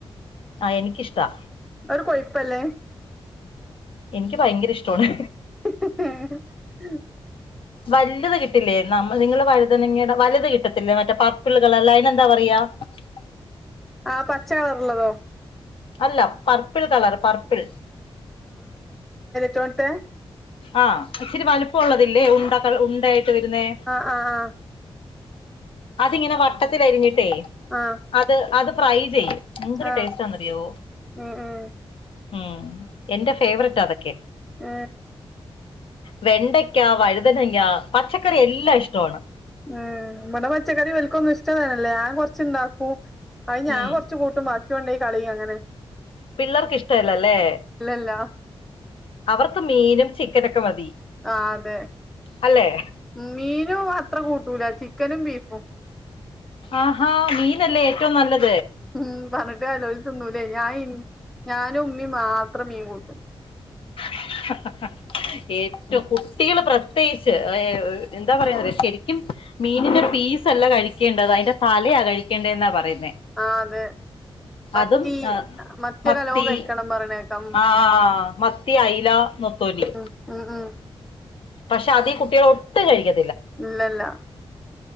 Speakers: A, on the left (about 65°); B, in the centre.
A: ആ എനിക്കിഷ്ടാ.
B: അത് കൊഴുപ്പല്ലേ?
A: എനിക്ക് ഭയങ്കര ഇഷ്ടവാണ്.
B: <inaudible> <unintelligible>
A: വലുത് കിട്ടില്ലേ നിങ്ങൾ വഴുങ്ങയുടെ വലുത് കിട്ടത്തില്ലേ മറ്റേ പർപ്പിൾ കളറിലെ അതിനെന്താ പറയാ <unintelligible>
B: ആ പച്ച കളർള്ളതോ?
A: അല്ല പർപ്പിൾ കളർ പർപ്പിൾ.
B: ചോത്തെ <inaudible>
A: ആ ഇച്ചിര് വലുപ്പം ഉള്ളതില്ലേ ഉണ്ട ഉണ്ടായിട്ട്. വരുന്നേ
B: ആ ആ ആ.
A: അതിങ്ങനെ വട്ടത്തിലരിഞ്ഞിട്ടേ
B: ആ
A: അത് അത് ഫ്രൈ ചെയ്യും. എന്തൊരു
B: ആ
A: ടേസ്റ്റാന്ന്റിയോ
B: ഉം ഉം
A: ഉം എന്റെ ഫേവററ്റ് അതൊക്കെ.
B: ആ.
A: വെണ്ടയ്ക്ക വഴുതനങ്ങ പച്ചക്കറി എല്ലാം ഇഷ്ടമാണ്.
B: ഉം ഇമ്മടെ പച്ചക്കറി ഇവലക്കും ഒന്നും ഇഷ്ടവല്ലാ ഞാൻ കൊറച്ചുണ്ടാക്കൂ. അ ഞാൻ
A: ഉം
B: കൊറച്ചു കൂട്ടും ബാക്കി കൊണ്ടെ കളയ അങ്ങനെ.
A: പിള്ളേർക്ക് ഇഷ്ടല്ലല്ലേ
B: ഇല്ലല്ല
A: അവർക്ക് മീനും ചിക്കനൊക്കെ മതി.
B: ആ അതെ
A: അല്ലെ
B: മീനും അത്ര കൂട്ട. ക്കൂല ചിക്കനും ബീഫും.
A: ആഹാ മീനല്ലേ ഏറ്റവും നല്ലത്.
B: ഉം പറഞ്ഞിട്ട് കര്യാല്ല ഓല് തിന്നൂലേ ഞാൻ ഞാനോം ഉമ്മേ മാ- <inaudible> ത്രം മീൻ കൂട്ടും <unintelligible>
A: <unintelligible> <inaudible> ഏറ്റവും കുട്ടികൾ പ്രത്യേകിച്ച് എന്താ പറയാ ശരിക്കും മീനിന്റെ <inaudible> പീസല്ല കഴിക്കേണ്ടത് അതിന്റെ തലയാ കഴിക്കേണ്ടതെന്നാ പറയുന്നത്.
B: ആ അതെ. മത്തി
A: അതും
B: മത്തിയൊക്കെ
A: മത്തി
B: നല്ലോം കഴിക്കണം പറയണേക്കാം ഉം
A: ആ മത്തി അയല. നത്തോലി
B: ഉം ഉം ഉം
A: പക്ഷെ അത് ഈ കുട്ടികൾ ഒട്ടും കഴിക്ക
B: ഇല്ലല്ല.